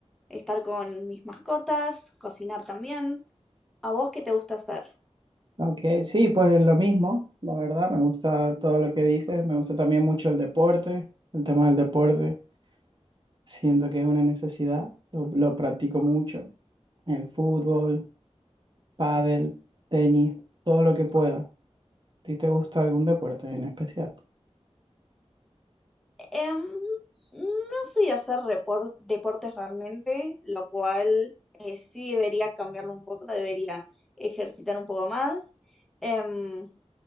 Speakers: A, in the centre; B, on the right.
A: estar con mis mascotas, cocinar también. ¿A vos qué te gusta hacer?
B: Ok, sí, pues lo mismo, la verdad, me gusta todo lo que dices, me gusta también mucho el deporte, el tema del deporte, siento que es una necesidad, lo, lo practico mucho, el fútbol, pádel, tenis, todo lo que pueda. ti te gusta algún deporte en especial?
A: Em, no soy de hacer repor- deportes realmente, lo cual eh, sí debería cambiarlo un poco, debería ejercitar un poco más. Em,